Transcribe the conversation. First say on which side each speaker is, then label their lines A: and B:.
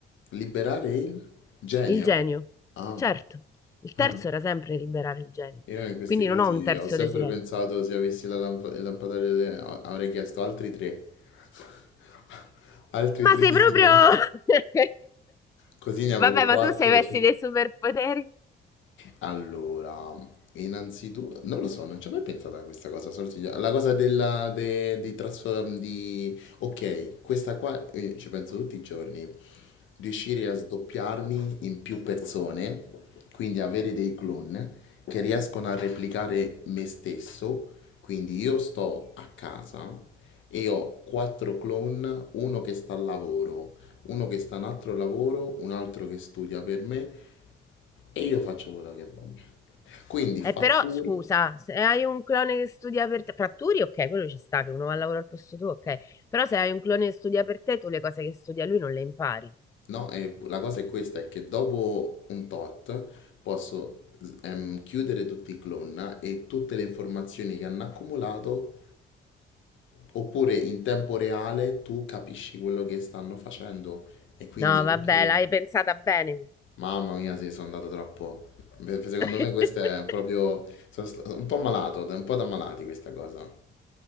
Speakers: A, on the left; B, on the left.
A: Liberare il genio.
B: Il genio,
A: Ah,
B: certo, il
A: ah.
B: terzo era sempre liberare il genio,
A: Io in questi
B: quindi
A: casi
B: non ho un terzo
A: ho sempre
B: desiderio.
A: pensato se avessi la lamp- il lampadario, de- a- avrei chiesto altri tre. <laughs> Altri
B: Ma
A: tre
B: sei
A: desideri.
B: proprio... <laughs>
A: Così ne avevo
B: Vabbè,
A: quattro.
B: ma tu sei messi dei superpoteri?
A: Allora, innanzitutto, non lo so, non ci ho mai pensato a questa cosa. solo si- La cosa della, de- di trasformare, di... Ok, questa qua eh, ci penso tutti i giorni. Riuscire a sdoppiarmi in più persone, quindi avere dei clone che riescono a replicare me stesso. Quindi io sto a casa e ho quattro clone, uno che sta al lavoro, uno che sta a un altro lavoro, un altro che studia per me e io faccio quello che voglio. Quindi fatturo,
B: Eh, però scusa, se hai un clone che studia per te, fratturi, ok, quello ci sta, che uno va a lavorare al posto tuo, ok. Però se hai un clone che studia per te, tu le cose che studia lui non le impari.
A: no? E la cosa è questa, è che dopo un tot posso ehm, chiudere tutti i clone no, e tutte le informazioni che hanno accumulato, oppure in tempo reale tu capisci quello che stanno facendo e quindi
B: No,
A: anche...
B: vabbè, l'hai pensata bene.
A: Mamma mia, sì, sono andato troppo. Beh, Secondo
B: <laughs>
A: me questo è proprio... Sono sta- un po' malato, un po' da malati questa cosa.